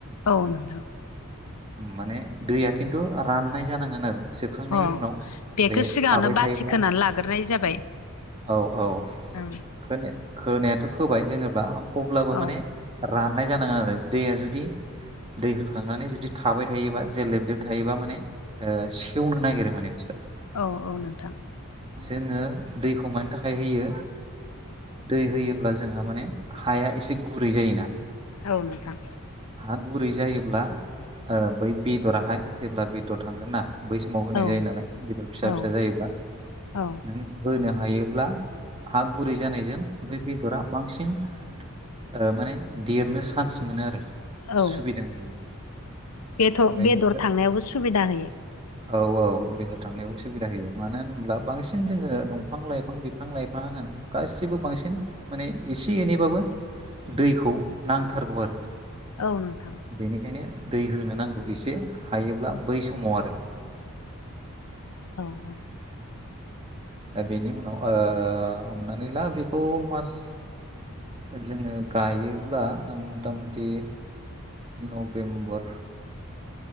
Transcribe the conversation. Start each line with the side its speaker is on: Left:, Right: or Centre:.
Left: औ नोंथां
Right: माने दैया खिन्थु राननाय जानांगोन आरो थांनायनि
Left: अ
Right: उनाव
Left: बेखौ
Right: बे
Left: सिगाङावनो
Right: थाबाय
Left: बाथि
Right: थायोब्ला
Left: खोनानै लाग्रोनाय जाबाय
Right: औ औ
Left: ओं
Right: ख खोनायाथ' खोबाय जेनेबा अब्लाबो
Left: औ
Right: माने राननाय जानांगोन आरो दैया जुदि दै होखांनानै जुदि थाबाय थायोबा जे लेब लेब थायोबा माने सि सेवनो नागिरो माने बुस्थुया
Left: औ औ नोंथां
Right: जोङो दैखौ मानि थाखाय होयो दै होयोब्ला जोंहा माने हाया एसे गुरै जायोना
Left: औ नोंथां
Right: हा गुरै जायोब्ला बै बेदराहाय जेब्ला बेदर थांगोन ना बै समाव होनाय
Left: औ
Right: जायो नालाय गदर फिसा
Left: औ
Right: फिसा जायोब्ला
Left: औ
Right: नों होनो हायोब्ला हा गुरै जानायजों बे बेदरा बांसिन ओ माने देरनो चान्स मोनो आरो
Left: औ
Right: सुबिदा मोनो
Left: बेदर
Right: बेनिफ्राय
Left: बेदर थांनायावबो सुबिदा होयो
Right: औ औ बेदर थांनायावबो सुबिदा होयो मानो होनोब्ला बांसिन जोङो दंफां लाइफां बिफां लाइफां होन गासिबो बांसिन माने एसे एनैबाबो दैखौ नांथारगौ आरो
Left: औ नोंथां
Right: बेनिखायनो दै होनो नांगौ एसे हायोब्ला बै समाव आरो
Left: औ औ
Right: दा बेनि उनाव ओ हमनानै ला बेखौ मास जोङो गायोब्ला मथा मथि नभेम्बर